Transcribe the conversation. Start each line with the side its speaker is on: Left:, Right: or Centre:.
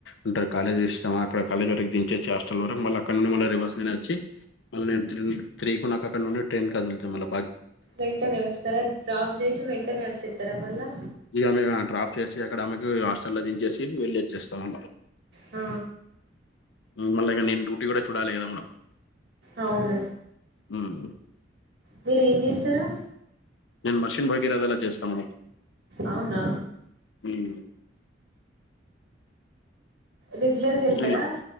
Left: అంటారు కాలేజ్ ఇష్టమా అక్కడ కాలేజ్ వరకు దించే హాస్టల్ర మళ్ళ అక్కడ నుండి రివార్స్ వచ్చి అల నేన్ త్రీ నాకు అక్క నుండి ట్రైన్ కదుల్తా మళ్ళ
Right: వెంటనే వస్తరా డ్రాప్ చేసి వెంటనే వచ్చెస్తరా మళ్ళా
Left: ఇక మేము డ్రాప్ చేసి అక్కడ ఆమెకి హాస్టల్ లో దించేసి వెళ్లి వచ్చేస్తాము
Right: ఆ
Left: మళ్లా నేన్ డ్యూటీ కూడ చూడాలి కదా మేడం
Right: అవున
Left: హ్మ్.
Right: మీరు ఏం చేస్తరు
Left: నేను మర్షిన్ భగీరాథలా చేస్తా మేడం
Right: అవున
Left: హ్మ్.
Right: రెగ్యులర్గా వెళ్తరా
Left: ఇలా